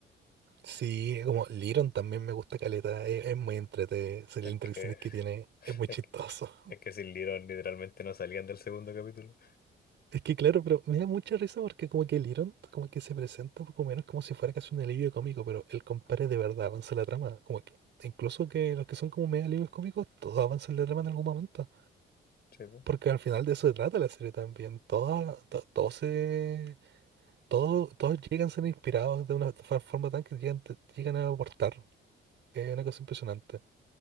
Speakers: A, on the right; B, on the left.
A: sí, como Liron también me gusta caleta, es, es muy entretenido, las
B: es
A: interacciones
B: que
A: que tiene,
B: <laughs>
A: es muy
B: es
A: chistoso.
B: que,
A: <laughs>
B: es que sin Little literalmente no salían del segundo capítulo.
A: Es que claro, pero me da mucha risa porque como que Liron como que se presenta un poco menos como si fuera casi un alivio cómico, pero el compadre de verdad avanza la trama, como que incluso que los que son como medio alivios cómicos, todos avanzan la trama en algún momento.
B: Sí, po.
A: Porque al final de eso se trata la serie también. Todos, todos se Todos, todos llegan, siendo inspirados de una fa- forma tan que llegan, te- llegan a aportar. Es una cosa impresionante.